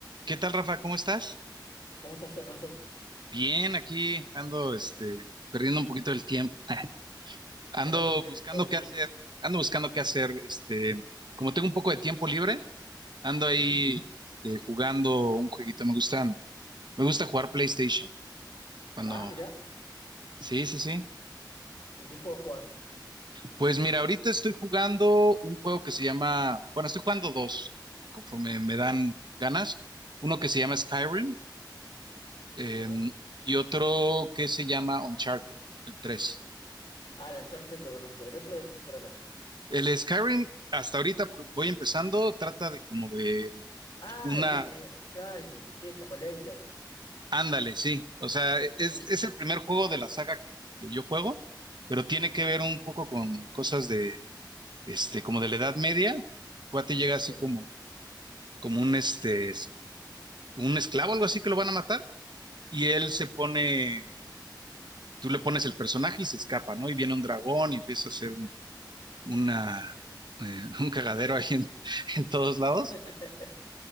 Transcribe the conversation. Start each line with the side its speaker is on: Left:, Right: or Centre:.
Right: ¿Qué tal, Rafa? ¿Cómo estás?
Left: ¿Cómo estás, Ernesto?
Right: Bien, aquí ando, este, perdiendo un poquito el tiempo. <laughs> Ando
Left: <laughs>
Right: buscando
Left: Fortier.
Right: qué hacer, ando buscando qué hacer, este, como tengo un poco de tiempo libre, ando ahí,
Left: Ujú.
Right: este, jugando un jueguito. Me gustan, me gusta jugar PlayStation. Cuando,
Left: Ah, mirá.
Right: sí, sí, sí.
Left: ¿En qué juego jugás?
Right: Pues mira, ahorita estoy jugando un juego que se llama, bueno, estoy jugando dos, conforme me dan
Left: Bien.
Right: ganas. Uno que se llama Skyrim, eh,
Left: Ajá.
Right: y otro que se llama Uncharted, el 3.
Left: Ah, el Uncharted lo conozco. ¿El otro de qué se trata?
Right: El Skyrim, hasta ahorita por- voy empezando, trata de como de
Left: Ah,
Right: una...
Left: el eh, Skyrim. Sí, es como el Elder.
Right: Ándale, sí. O sea, es,
Left: Sí, sí,
Right: es el
Left: sí.
Right: primer
Left: sí.
Right: juego de la saga que, que yo juego, pero tiene que ver un poco con cosas de, este, como de la Edad Media. Cuate llega
Left: Entiendo.
Right: así como, como un, este, es- un esclavo, algo así que lo van a matar, y él
Left: Ujú.
Right: se pone, tú le pones el personaje y se escapa, ¿no? Y viene un dragón y empieza a hacer un, una, eh, <laughs> un cagadero ahí en en todos lados.
Left: <laughs>